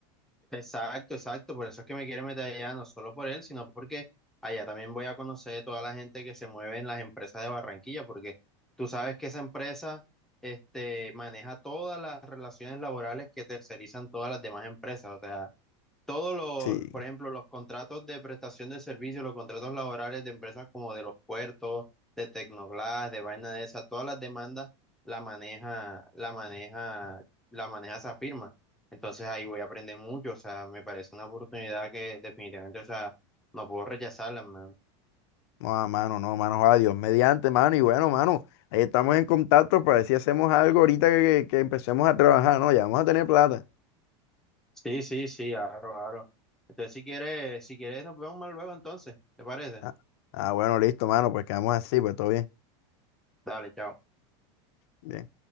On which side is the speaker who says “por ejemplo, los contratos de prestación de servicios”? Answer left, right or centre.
Centre